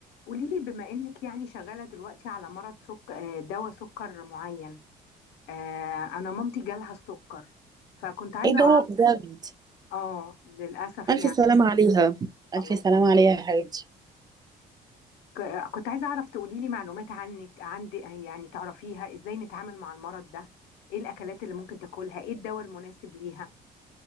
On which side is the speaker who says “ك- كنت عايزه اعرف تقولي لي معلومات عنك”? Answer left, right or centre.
Left